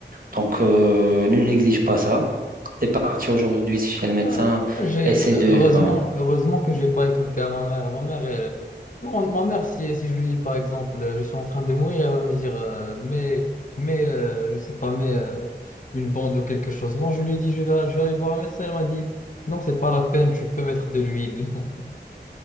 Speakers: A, on the right; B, on the left.
A: Donc, euh, ne néglige pas ça. T'es parti aujourd'hui chez le médecin,
B: Ouais. J'ai
A: essaie
B: heureusement
A: de. ouais.
B: heureusement que j'ai pas écouté à ma mère. Ma mère elle- non ma mère si, si je lui dis par exemple euh, je suis en train de mourir elle va me dire euh, mais mais euh, je sais pas mais euh, une bande ou quelque chose. Non je lui ai dit je vais je vais aller voir un médecin elle m'a dit non c'est pas la peine tu peux mettre de l'huile. <laughs>